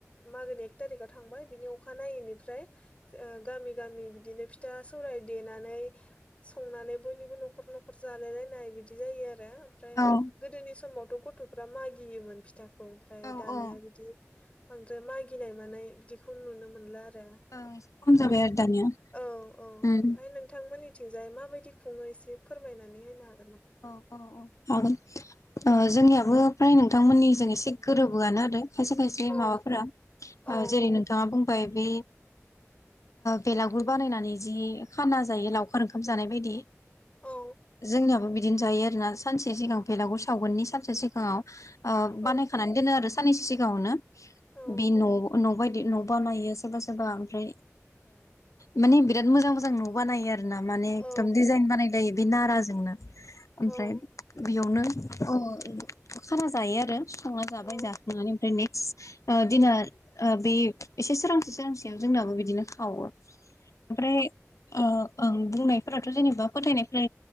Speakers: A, on the left; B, on the left.
A: मागोनि एक थारिकाव थांबाय बिनि अखा नायैनिफ्राय गामि गामि बिदिनो फिथा सौराय देनानै संनानै बयनिबो न'खर न'खर जालायलायनाय बिदि जायो आरो ओमफ्राय
B: औ
A: गोदोनि समावथ' गथ'फ्रा मागियोमोन फिथाखौ ओमफ्राय
B: औ
A: दानिया
B: औ
A: बिदि बांद्राय मागिनाय मानाय बिदिखौ नुनो मोनला आरो
B: एसे खम
A: ओमफ्राय
B: जाबाय आरो दानिया
A: औ औ ओमफफ्राय
B: उम
A: नोंथांमोननिथिंजाय माबायदि खुङो एसे फोरमायनानै होनो ह
B: औ औ औ हागोन जोंनियाबो फ्राय नोंथांमोननि जों एसे गोरोबोआनो आरो खायसे खायसे
A: औ
B: माबाफोरा
A: औ
B: जेरै नोंथाङा बुंबाय बे बेलागुर बानायनानै जि खाना जायो लावखार ओंखाम जानाय बायदि
A: औ
B: जोंनियाबो बिदि जायो आरोना सानसे सिगां बेलागुर सावगोननि सानसे सिगाङाव
A: औ
B: बानायखानानै दोनो आरो साननैसो सिगाङावनो
A: औ
B: बे न' न' बायदि न' बानायो सोरबा सोरबा ओमफ्राय माने बिराद मोजां मोजां न' बानायो आरो आरो ना माने
A: औ
B: एकदम दिडजाइन बानायलायो बे नाराजोंनो ओमफ्राय
A: औ
B: बेयावनो खाना जायो आरो संना जाबाय
A: औ
B: जाखांनानै ओमफ्राय नै दिना बे एसे सोरांसे सोरांसेयाव जोंनाबो बिदिनो खावो ओमफ्राय ओं बुंनायफोराथ' जेनेबा फोथायनायफोरा